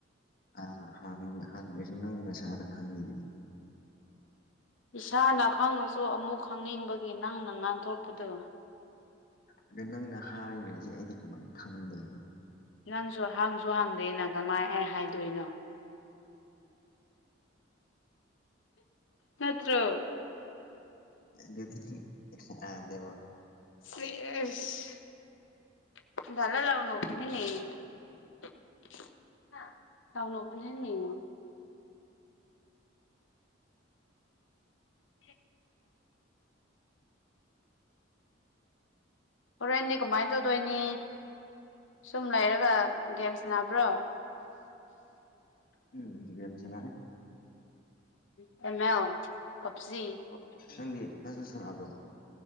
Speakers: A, on the left (about 50°); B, on the left (about 75°).
A: ꯑ ꯍꯥꯡꯉꯦ ꯍꯥꯡꯉꯦꯁꯨ ꯅꯪ ꯅꯁꯥꯅ ꯈꯪꯉꯤꯅꯤ
B: ꯏꯁꯥꯅ ꯈꯪꯉꯁꯨ ꯑꯃꯨꯛ ꯈꯪꯅꯤꯡꯕꯒꯤ ꯅꯪꯅ ꯉꯥꯡꯊꯣꯛꯄꯗꯣ
A: ꯑꯗꯨ ꯅꯪꯅ ꯍꯥꯏꯗ꯭ꯔꯗꯤ ꯑꯩꯗꯤ ꯀꯃꯥꯏꯅ ꯈꯪꯗꯣꯏꯅꯣ
B: ꯅꯪꯁꯨ ꯍꯪꯁꯨ ꯍꯪꯗꯦꯅ ꯀꯃꯥꯏ ꯑꯩ ꯍꯥꯏꯗꯣꯏꯅꯣ ꯅꯠꯇ꯭ꯔꯣ
A: ꯑꯗꯨꯗꯤ ꯌꯥꯗꯦꯕꯣ
B: ꯁꯦꯁ <unintelligible> <unintelligible> <unintelligible> ꯍꯣꯔꯦꯟꯗꯤ ꯀꯃꯥꯏꯅ ꯇꯧꯗꯣꯏꯅꯤ ꯁꯨꯝ ꯂꯩꯔꯒ ꯒꯦꯝ ꯁꯥꯟꯅꯕ꯭ꯔꯣ
A: ꯎꯝ ꯒꯦꯝ ꯁꯥꯟꯅꯩ
B: ꯎꯝ ꯑꯦꯜ ꯄꯥꯞꯖꯤ
A: ꯑꯣ ꯅꯪꯗꯤ ꯅꯪꯁꯨ ꯁꯥꯟꯅꯕ꯭ꯔꯣ